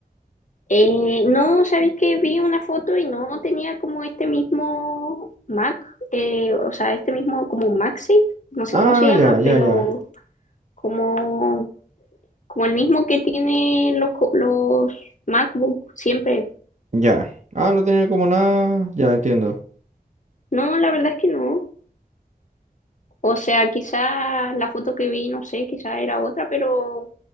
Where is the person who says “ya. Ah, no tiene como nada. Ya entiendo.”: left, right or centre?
Right